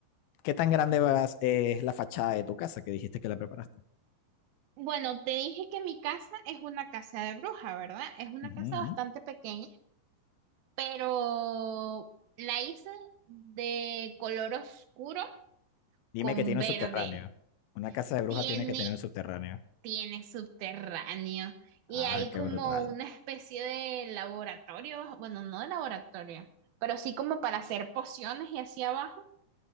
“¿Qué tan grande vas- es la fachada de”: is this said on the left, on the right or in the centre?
Left